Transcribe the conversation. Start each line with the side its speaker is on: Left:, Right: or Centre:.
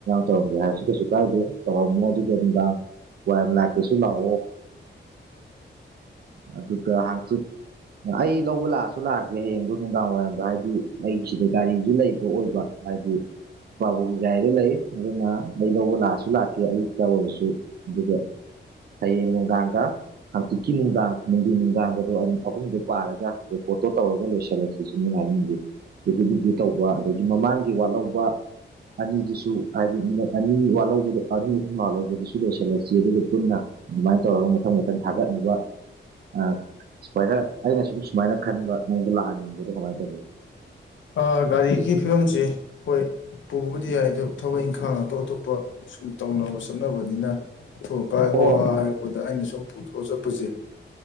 Right: ꯇꯧꯔꯝꯒꯦ ꯍꯥꯏꯔꯁꯨ ꯀꯩꯁꯨ ꯀꯥꯏꯗꯦ ꯇꯧꯔꯝꯃꯣ ꯑꯗꯨ ꯀ ꯅꯨꯡꯗꯥꯡ ꯋꯥꯏ ꯂꯥꯛꯀꯦꯁꯨ ꯂꯥꯛꯑꯣ <inaudible> ꯑꯗꯨꯒ ꯍꯥꯡꯆꯤꯠ ꯑꯩ ꯂꯧꯕ ꯂꯥꯛꯑꯁꯨ ꯂꯥꯛꯑꯒꯦ ꯍꯌꯦꯡꯗꯣ ꯅꯨꯡꯗꯥꯡꯋꯥꯏꯔꯝꯗ ꯍꯥꯏꯗꯤ ꯑꯩꯒꯤꯁꯤꯗ ꯒꯥꯔꯤꯁꯨ ꯂꯩꯕ ꯑꯣꯏꯕ ꯍꯥꯏꯕꯗꯤ ꯄꯥꯕꯨꯡꯒꯤ ꯒꯥꯔꯤꯗ ꯂꯩ ꯑꯗꯨꯅ ꯑꯩ ꯂꯧꯕ ꯂꯥꯛꯑꯁꯨ ꯂꯥꯛꯀꯦ ꯑꯌꯨꯛꯇ ꯑꯣꯏꯔꯁꯨ ꯑꯗꯨꯒ ꯍꯌꯦꯡ ꯅꯨꯡꯗꯥꯡꯒ ꯍꯥꯡꯇꯤꯛꯀꯤ ꯅꯨꯡꯗꯥꯡ ꯅꯨꯡꯖ ꯅꯨꯡꯗꯥꯡ ꯑꯗꯣ ꯑꯩꯅ ꯑꯍꯨꯝꯗꯣ ꯄꯥꯔꯒ ꯔꯦꯄꯣꯔꯠꯇꯣ ꯇꯧꯔꯒ ꯂꯣꯏꯁꯤꯜꯂꯁꯤꯁꯨꯅꯦꯅ ꯍꯥꯏꯅꯤꯡꯁꯦ ꯇꯧꯕ ꯑꯗꯒꯤ ꯃꯃꯥꯡꯒꯤ ꯋꯥꯠꯍꯧꯕ ꯑꯅꯤꯗꯨꯁꯨ ꯍꯥꯏꯗꯤ ꯃꯤꯅꯠ ꯑꯅꯤ ꯕ ꯑꯅꯤ ꯑꯍꯨꯝꯂꯥ ꯂꯧꯕꯗꯨꯁꯨ ꯂꯣꯏꯁꯤꯜꯂꯁꯤ ꯑꯗꯨꯒ ꯄꯨꯟꯅ ꯑꯗꯨꯃꯥꯏꯅ ꯇꯧꯔꯒ ꯃꯊꯪ ꯃꯊꯪ ꯊꯥꯒꯠꯅꯕ ꯑ ꯁꯨꯃꯥꯏꯅ ꯑꯩꯅ ꯁꯨꯝ ꯁꯨꯃꯥꯏꯅ ꯈꯟꯕ ꯅꯪꯣꯟꯗ ꯂꯥꯛꯍꯟꯅꯤꯡꯕꯗꯣ ꯀꯃꯥꯏꯅ ꯇꯧꯒꯦ
Left: ꯑ ꯒꯥꯔꯤꯒꯤ ꯐꯤꯕꯝꯁꯤ ꯑꯈꯣꯏ ꯄꯨꯕꯗꯤ ꯌꯥꯏ ꯑ ꯊꯕꯛ ꯏꯪꯈꯥꯡ ꯑꯇꯣꯞ ꯑꯇꯣꯞꯄ ꯁꯨꯝ ꯇꯧꯅꯕ ꯆꯠꯅꯕꯅꯤꯅ ꯀꯥꯏ ꯍꯣ
Right: ꯑꯣ
Left: ꯍ ꯍꯥꯏꯔꯛꯄꯗ ꯑꯩꯅ ꯁꯨꯝ ꯄꯨꯊꯣꯛꯑ ꯆꯠꯄꯁꯦ